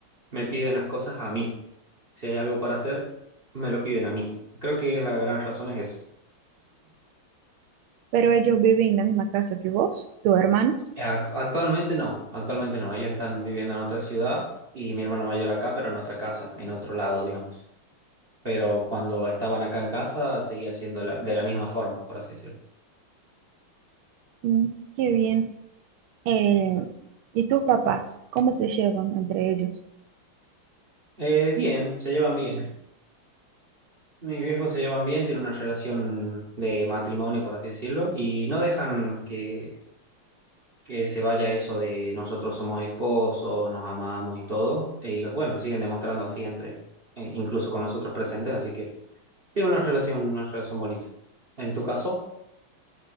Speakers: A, on the right; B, on the right.
A: me piden las cosas a mí. Si hay algo para hacer, me lo piden a mí. Creo que la gran razón es eso.
B: Pero ellos viven en la misma casa que vos, tus hermanos.
A: Eh, act- Actualmente no, actualmente no. Ellos están viviendo en otra ciudad y mi hermano mayor acá, pero en otra casa, en otro lado, digamos. Pero cuando estaban acá en casa, seguía siendo la- de la misma forma, por así decirlo.
B: Mm, qué bien. Eh, ¿y tus papás? ¿Cómo se llevan entre ellos?
A: Eh, bien, se llevan bien. Mis viejos se llevan bien, tienen una relación de matrimonio, por así decirlo, y no dejan que, que se vaya eso de nosotros somos esposos, nos amamos y todo. Y bueno, siguen demostrando así entre, eh, incluso con nosotros presentes, así que tienen una relación, una relación bonita. En tu caso,